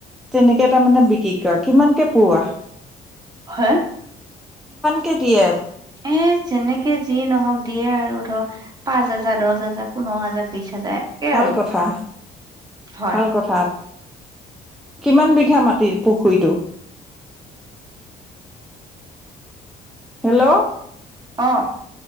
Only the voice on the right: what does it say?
হা
এ যেনেকে যি নহক দিয়ে আৰু ধৰক পাঁচ হাজাৰ দহ হাজাৰ পোন্ধৰ হাজাৰ বিশ হাৰ যায় একে
আৰু
হয়
অ